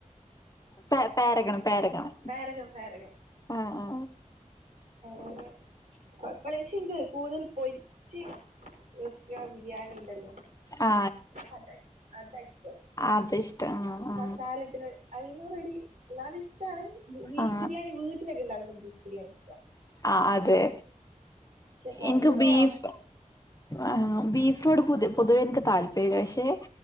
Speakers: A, on the left; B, on the right.
A: ടെ പാരകണ് പാരകണ്ട്.
B: Paragon Paragon.
A: ആഹ് ആ ആ.
B: വെറെന്താ കൊഴപ്പല്ലപക്ഷെ ഇക്ക്റിയാക് കൂടുതൽ പോയി. രിച് വെക്കുന്ന ബിരിയാണി ഉണ്ടല്ലോ
A: ആ
B: അത അതാ ഇഷ്ടം.
A: ആ അത് ഇഷ്ട ആ ആ.
B: മസാലട്ട് അയ്നുറെടി എന്നാല് ഇഷ്ടാണ് ബീഫ്
A: ആ
B: ബിരിയാണി വീട്ടിലൊക്കെ ഇണ്ടാക്ണെ ബീഫ് ബിരിയാണി ഇഷ്ട
A: ആഹ് അതെ
B: പക്ഷെ പുറത്തുന്ന്
A: ഇൻക്ക് ബീഫ്
B: വാങ്ങും
A: ആണോ ബീഫിനോട് പൊതുവേ ഇൻക്ക് താല്പര്യല്ല പക്ഷെ